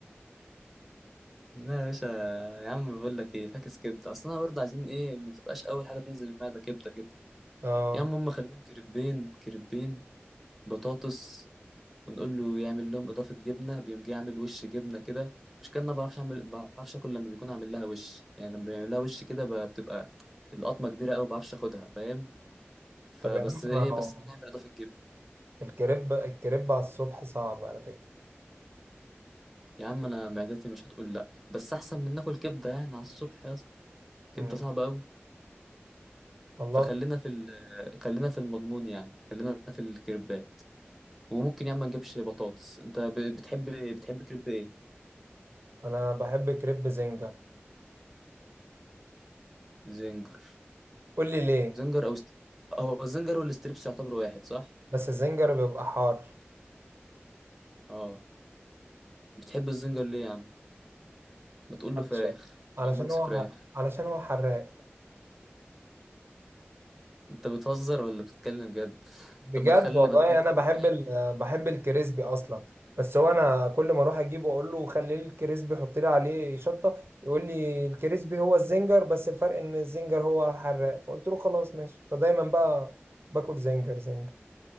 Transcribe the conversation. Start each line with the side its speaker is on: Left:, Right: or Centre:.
Centre: لا يا باشا يا عم بقول لك ايه فاكس كبده اصل انا برضه عايزين ايه ما تبقاش اول حاجه تنزل المعده كبده كده
Right: اه
Centre: يا عم هم خليهم كريبين كريبين بطاطس ونقول له يعمل لهم اضافه جبنه بيقوم جاي يعمل وش جبنه كده مش كان انا بعرفش اعمل بعرفش اكل لما بيكون عامل لها وش يعني لما بيعمل لها وش كده ب- بتبقى القطمه كبيره قوي ما بعرفش اخدها فاهم فبس
Right: طب يا عم
Centre: ايه
Right: ما هو
Centre: بس نعمل اضافه جبنه
Right: الكريب الكريب على الصبح صعب على فكرة
Centre: يا عم انا معدتي مش هتقول لا بس احسن من ناكل كبده يعني على الصبح يا اسطى كبده
Right: مم.
Centre: صعبه قوي
Right: والله
Centre: فخلينا في ال... آه، خلينا في المضمون يعني خلينا في الكريبات وممكن يا عم ما نجيبش بطاطس انت ب... بتحب بتحب كريب ايه
Right: انا بحب كريب زنجر
Centre: زنجر
Right: قول لي ليه
Centre: زنجر او ستريب هو الزنجر والستريبس يعتبروا واحد صح
Right: بس الزنجر بيبقى حار
Centre: اه بتحب الزنجر ليه يا عم ما تقول له
Right: علشان
Centre: فراخ
Right: علشان
Centre: او ميكس
Right: هو
Centre: فراخ
Right: ح- علشان هو حراق
Centre: انت بتهزر ولا بتتكلم جد <laughs>
Right: بجد
Centre: طب ما تخلي
Right: والله
Centre: ما انت ممكن
Right: انا بحب
Centre: تجيب اي
Right: ال... بحب الكريسبي اصلا بس هو انا كل ما اروح اجيبه اقول له خلي لي الكريسبي حط لي عليه شطه يقول لي الكريسبي هو الزنجر بس الفرق ان الزنجر هو الحراق فقلت له خلاص ماشي فدايما بقى باكل زنجر زنجر